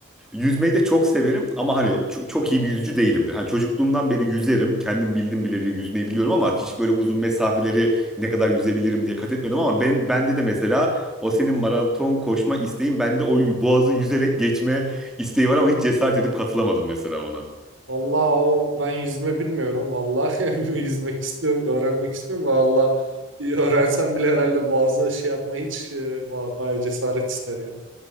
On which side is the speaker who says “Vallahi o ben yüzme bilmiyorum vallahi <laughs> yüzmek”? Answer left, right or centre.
Right